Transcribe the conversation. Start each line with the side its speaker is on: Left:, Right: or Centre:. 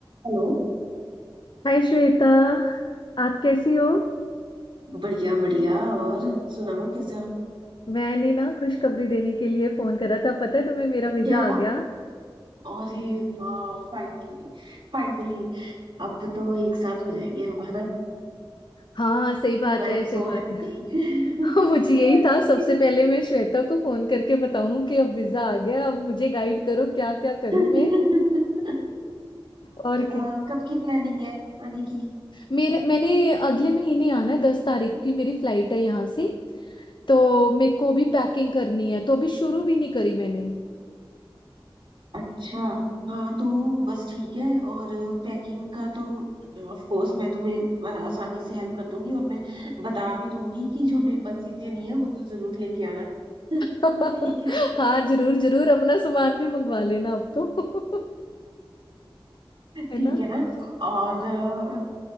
Right: Hello
Left: हाय श्वेता आप कैसी हो
Right: बढ़िया बढ़िया और सुनाओ कैसा
Left: मैंने ना खुशखबरी देने के लिए फोन करा था पता है तुम्हें मेरा वीजा
Right: क्या
Left: आ गया
Right: अरे वाह फाइनली फाइनली अब तो एक साथ हो जाएंगे हमारा
Left: हाँ सही बात
Right: I
Left: है
Right: am
Left: सही
Right: so
Left: बात
Right: happy I
Left: है <laughs> मुझे
Right: am
Left: यही
Right: so happy
Left: था सबसे पहले मैं श्वेता को फोन करके बताऊं कि अब वीजा आ गया अब मुझे गाइड करो क्या क्या करूं
Right: <laughs>
Left: मैं
Right: कब
Left: और
Right: अ,
Left: क्या
Right: कब की प्लानिंग है आने की
Left: मेरे मैंने अगले महीने आना है दस तारीख की मेरी फ्लाइट है यहाँ से तो मेरे को भी पैकिंग करनी है तो अभी शुरू भी नहीं करी मैंने
Right: अच्छा हाँ तो बस ठीक है और पैकिंग का तो ऑफ कोर्स मैं तुम्हें आसानी से हेल्प कर दूंगी और मैं बता भी दूंगी कि जो मेरे पास चीजें नहीं है वो तो जरूर लेके आना <laughs>
Left: <laughs>
Right: ठीक है ना
Left: हाँ जरूर जरूर अपना सामान भी मंगवा लेना अब तो <laughs> है
Right: ठीक
Left: ना
Right: है ना और अ,